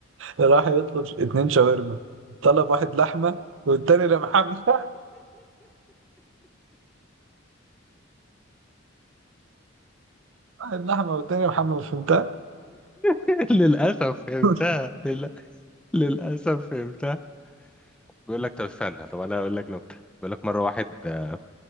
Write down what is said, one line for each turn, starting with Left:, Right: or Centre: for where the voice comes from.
Right: راح يطلب اتنين شاورما طلب واحد لحمة والتاني ده محمد <laughs> واحد لحمة والتاني محمد فهمتها؟
Centre: <laughs> للأسف فهمتها
Right: <laughs>
Centre: لل... للأسف فهمتها بيقول لك طب استنى طب أنا أقول لك نكتة بيقول لك مرة واحد آه،